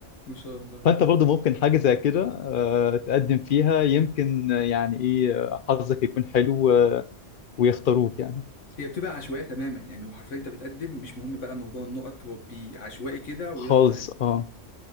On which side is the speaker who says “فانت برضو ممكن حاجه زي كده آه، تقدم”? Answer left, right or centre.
Left